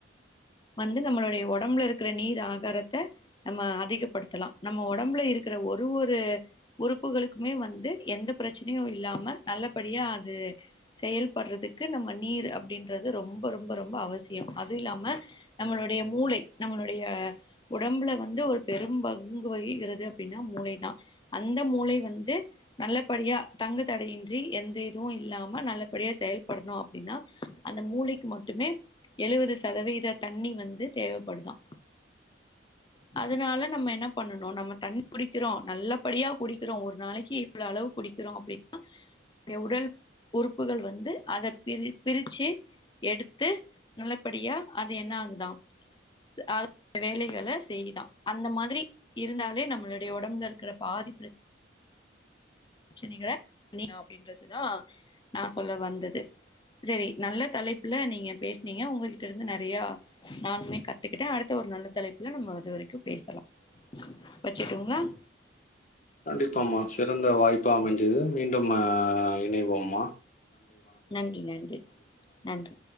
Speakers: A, on the left; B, on the left.
A: வந்து நம்மளுடைய உடம்புல இருக்கிற நீர் ஆகாரத்தை நம்ம அதிகப்படுத்தலாம் நம்ம உடம்புல இருக்கிற ஒரு ஒரு உறுப்புகளுக்குமே வந்து எந்த பிரச்சனையும் இல்லாம நல்லபடியா அது செயல்படுறதுக்கு நம்ம நீர் அப்டின்றது ரொம்ப ரொம்ப ரொம்ப அவசியம் அது இல்லாம நம்மளுடைய மூளை நம்மளுடைய உடம்புல வந்து ஒரு பெரும் பங்கு வகிகிறது அப்டின்னா மூளைதான் அந்த மூளை வந்து நல்லபடியா தங்கு தடையின்றி எந்த இதுவும் இல்லாம நல்ல டியா செயல்படணும் அப்டின்னா அந்த மூளைக்கு மட்டுமே எழுவது சதவீத தண்ணி வந்து தேவைப்படுதான் அதனால நம்ம என்ன பண்ணணும் நம்ம தண்ணி குடிக்கிறோம் நல்லபடியா குடிக்கிறோம் ஒரு நாளைக்கு இவ்வளவு அளவு தண்ணீ குடிக்கிறோம் அப்படின்னா உடல் உருப் உறுப்புகள் வந்து அத பிரி பிரிச்சி எடுத்து நல்லபடியா அது என்ன ஆகுதான் அ வேலைகள செய்யுதான் அந்த மாதிரி இருந்தாலே நம்மளுடைய உடம்புல இருக்கிற பாதி ப்றச் பிரச்சனைகள அப்டின்றதுதான் நான் சொல்ல வந்தது சரி நல்ல தலைப்புல நீங்க பேசனீங்க உங்ககிட்ட இருந்து நறைய நானுமே கத்துக்கிட்டேன் அடுத்த ஒரு நல்ல தலைப்புல நம்ம அது வரைக்கும் பேசலாம் வச்சுருட்டுங்களா
B: கண்டிப்பாமா சிறந்த வாய்ப் ப்ப அமஞ்சது மீண்டும் இணைவோமா
A: நன்றி நன்றி நன்றி